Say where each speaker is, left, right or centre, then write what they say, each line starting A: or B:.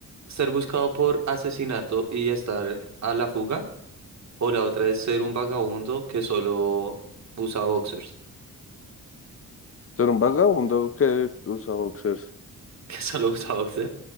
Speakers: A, on the right; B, on the left.
A: ser buscado por asesinato y estar a la fuga, o la otra es ser un vagabundo que solo usa boxers,
B: Ser un vagabundo que usa boxers.
A: <laughs> que solo usa boxer,